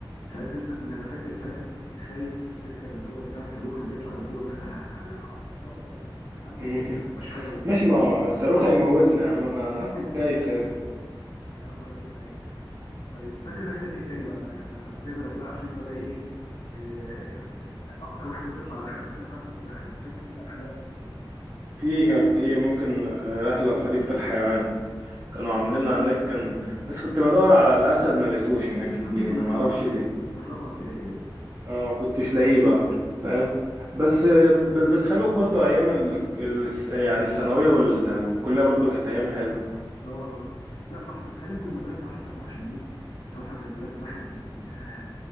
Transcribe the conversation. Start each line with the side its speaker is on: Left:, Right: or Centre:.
Left: ساعتها انت كنت انا فاكر ساعتها انت كنت خايف تركب اللي هو بتاع الصاروخ اللي بيطلع لفوق ده لا لا قعدت تصوت وبتاع اقول لك يا عم
Right: <laughs>
Left: اجمل يا عم ما فيهاش حاجه والله
Right: ماشي ما هو صاروخ هيموتنا يا عم انا
Left: <laughs>
Right: كنت خايف خير
Left: يا عم ولا في حاجه طيب فاكر رحله ايه تاني بقى انا يعني بختبرك بقى عشان انت بقى ايه إيه، اكتر واحد كنت بتطلع رحلات انا ساعات كنت بخلع فاكر انت رحلات ايه تاني بقى
Right: في كان في ممكن آه، رحلة لحديقة الحيوان كانوا عاملينها هناك كان بس كنت بدور على الأسد ما لقيتوش هناك في الجنينة
Left: يا عم اللي كنا في
Right: ما أعرفش
Left: رابعه ابتدائي
Right: ليه
Left: كنا في رابعه ابتدائي دي
Right: اه ما كنتش لاقيه بقى فاهم بس ب- بس خلي بالك برضه أيام ال... ال- يعني الثانوية وال- والكلية برضه كانت أيام حلوة
Left: اه اه لا صح بس خلينا في المدرسه احسن بقى عشان دي بصراحه ذكريات الواحد بي ياه،